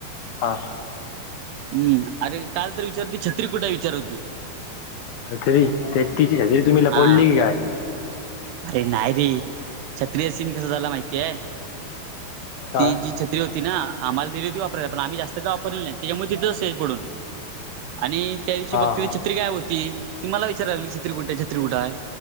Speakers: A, on the left; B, on the right.
A: हा
B: हम्म अरे काल तर विचारते छत्री कुठा विचारती.
A: छतरी ते तिची छत्री तुम्ही लपवली
B: हा
A: की काय?
B: अरे नाही रे छत्रीय सीन कस झाला माहितीय
A: हा
B: ती जी त होती ना आम्हाला दिली होती वापरत पण आम्ही जास्त काय वापरली नाही त्याच्यामुळे तिथच असते पडून आणि त्या दिवशी
A: हा
B: बघते
A: हा
B: छत्री काय होती ती मला विचारागली की छत्री कुटे आहे छत्री कुठा आहे.